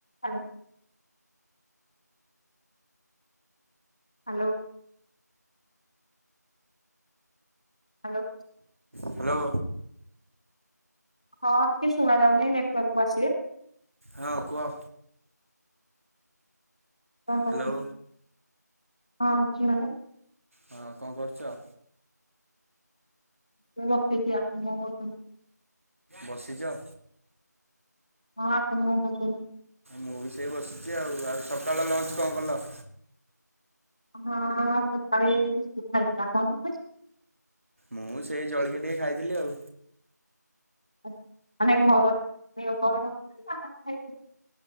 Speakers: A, on the left; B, on the right.
A: Hello hello hello
B: hello
A: ହଁ ଟିକେ ଶୁଣା ଯାଉନି ନେଟୱାର୍କକୁ ଆସିବେ?
B: ହଁ କୁହ?
A: କଣ
B: ହ୍ୟାଲୋ।
A: କହୁଛନ୍ତି? ହଁ ମ୍ୟାଡ଼ାମ।
B: ହଁ କଣ କରୁଛ?
A: ମୁଁ ବସିଛି, ଆପଣ କଣ କରୁଚନ୍ତି?
B: ବସିଛ?
A: ହଁ ଆପଣ କଣ କରୁଛନ୍ତି?
B: ମୁଁ ବି ସେଇ ବସିଛି ଆଉ, ଆଉ ସକାଳ ଲଞ୍ଚ କଣ କଲ?
A: ହଁ ସକାଳୁ ବିସ୍କୁଟ ଖାଇଛି, ଆଉ କଣ ଖାଇଛି?
B: ମୁଁ ବି ସେଇ ଜଳଖିଆ ଟିକେ ଖାଇଥିଲି ଆଉ
A: <unintelligible>